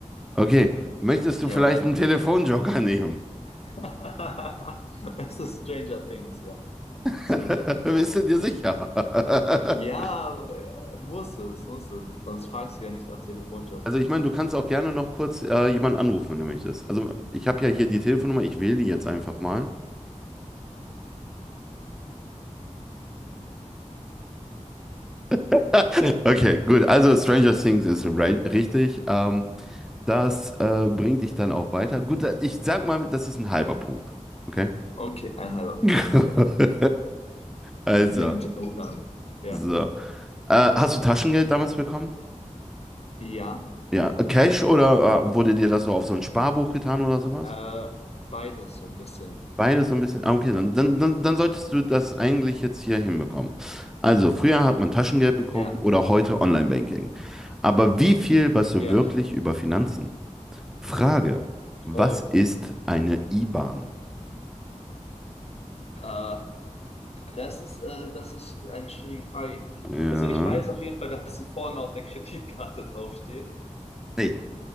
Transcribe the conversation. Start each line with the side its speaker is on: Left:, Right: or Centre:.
Centre: Okay. Möchtest du
Left: Ja,
Centre: vielleicht
Left: oder?
Centre: einen Telefonjoker nehmen?
Left: <laughs> Es ist Stranger Things, ja.
Centre: <laughs>
Left: Stranger Things.
Centre: Bist du dir sicher?
Left: Ja,
Centre: <laughs>
Left: äh, muss es, muss es. Sonst fragst du ja nicht nach Telefonjoker.
Centre: Also ich meine, du kannst auch gerne noch kurz äh, jemanden anrufen, wenn du möchtest. Also ich habe ja hier die Telefonnummer, ich wähle die jetzt einfach mal. <laughs> Okay, gut. Also Stranger Things ist ri- richtig. Ähm, das äh, bringt dich dann auch weiter. Gut, da- ich sag mal, das ist ein halber Punkt. Okay?
Left: Okay, ein halber Punkt,
Centre: <laughs>
Left: ein halber
Centre: Also,
Left: Mit vielen Jokern. Ja.
Centre: so. Äh, hast du Taschengeld damals bekommen?
Left: Ja.
Centre: Ja, äh, Cash oder äh, wurde dir das so auf so ein Sparbuch getan oder sowas?
Left: Äh, beides so ein bisschen.
Centre: Beides so ein bisschen. Ah, okay, dann, dann, dann dann solltest du das eigentlich jetzt hier hinbekommen. Also, früher hat man Taschengeld bekommen
Left: Ja.
Centre: oder heute Online-Banking. Aber wie viel weißt du
Left: Ja.
Centre: wirklich über Finanzen? Frage, was
Left: Oh.
Centre: ist eine IBAN?
Left: Äh, das ist, äh, das ist eine schwierige Frage.
Centre: Ja.
Left: Also ich weiß auf jeden Fall, dass sie vorne auf der Kreditkarte draufsteht.
Centre: Nee,